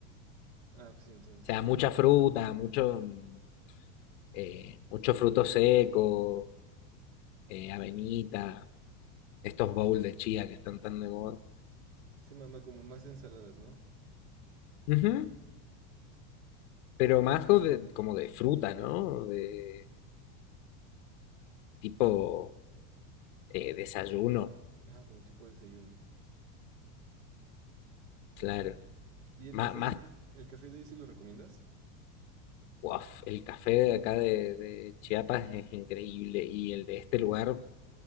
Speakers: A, on the right; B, on the left.
A: Ah, pues sí, entonces
B: O sea,
A: sí.
B: mucha fruta, mucho, mm, eh, mucho fruto seco, eh, avenita Estos bowls de chía que están tan de moda.
A: Sí, más, más- como más ensaladas, ¿no?
B: Ujú. Pero más go- de- como de fruta, ¿no? De tipo eh, desayuno,
A: Ah, como tipo de desayuno.
B: claro.
A: ¿Y, y el
B: Má-
A: café
B: más,
A: de, el café de ahí sí lo recomiendas?
B: uaf, el café de acá de, de Chiapas es increíble y el de este lugar.